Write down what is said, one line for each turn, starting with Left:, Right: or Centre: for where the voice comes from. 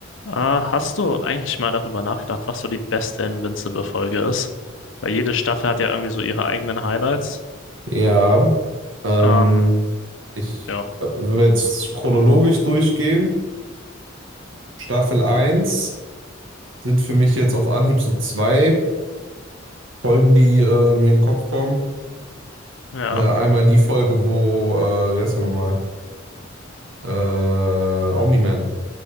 Left: Äh, hast du eigentlich mal darüber nachgedacht, was so die beste Invincible-Folge ist? Weil jede Staffel hat ja irgendwie so ihre eigenen Highlights.
Right: Ja, ähm,
Left: Ähm,
Right: ich,
Left: ja,
Right: äh, wenn wir jetzt chronologisch durchgehen, Staffel eins sind für mich jetzt auf Anhieb so zwei Folgen, die äh, mir in den Kopf kommen.
Left: ja,
Right: Äh, einmal die Folge, wo, äh, wie heißt er nochmal, äh, Omni-Man